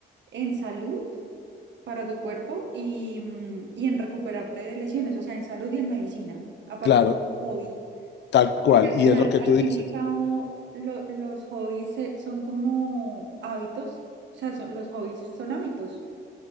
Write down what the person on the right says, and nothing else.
en salud para tu cuerpo y, mm, y en recuperarte de lesiones, o sea, en salud y en medicina a partir
del hobby.
Porque al
final,
al
fin y al cabo, lo- los hobbies eh, son como hábitos, o sea, son- los hobbies son hábitos